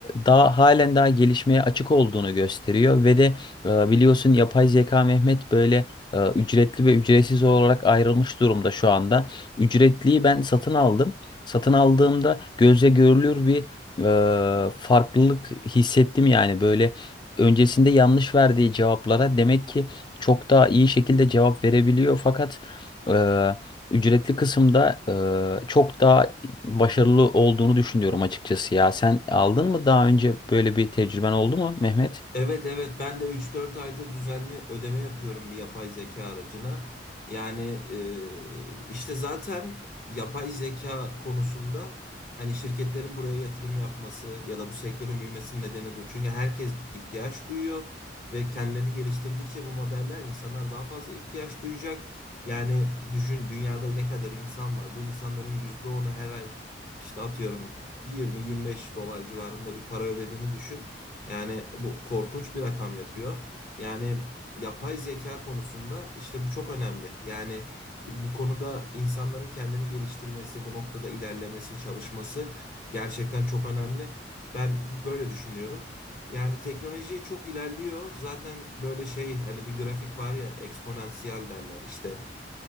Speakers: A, on the left (about 25°); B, on the left (about 50°).
A: daha halen daha gelişmeye açık olduğunu gösteriyor ve de e, biliyorsun yapay zeka Mehmet böyle e, ücretli ve ücretsiz olarak ayrılmış durumda şu anda. Ücretliyi ben satın aldım. Satın aldığımda gözle görülür bir e, farklılık hissettim yani böyle öncesinde yanlış verdiği cevaplara demek ki çok daha iyi şekilde cevap verebiliyor fakat eee, ücretli kısımda eee, çok daha başarılı olduğunu düşünüyorum açıkçası ya. Sen aldın mı daha önce böyle bir tecrüben oldu mu Mehmet?
B: Evet evet ben de üç dört aydır düzenli ödeme yapıyorum bir yapay zeka aracına. Yani e, işte zaten yapay zeka konusunda hani şirketlerin buraya yatırım yapması ya da bu sektörün büyümesinin nedeni bu. Çünkü herkes ihtiyaç duyuyor ve kendilerini geliştirdikçe bu modeller insanlar daha fazla ihtiyaç duyacak. Yani düşün dünyada ne kadar insan var. Bu insanların yüzde onu her ay işte atıyorum yirmi yirmi beş dolar civarında bir para ödediğini düşün. Yani bu korkunç bir rakam yapıyor. Yani yapay zeka konusunda işte bu çok önemli. Yani bu konuda insanların kendini geliştirmesi, bu noktada ilerlemesi, çalışması gerçekten çok önemli. Ben böyle düşünüyorum. Yani teknoloji çok ilerliyor. Zaten böyle şey hani bir grafik var ya eksponansiyel derler işte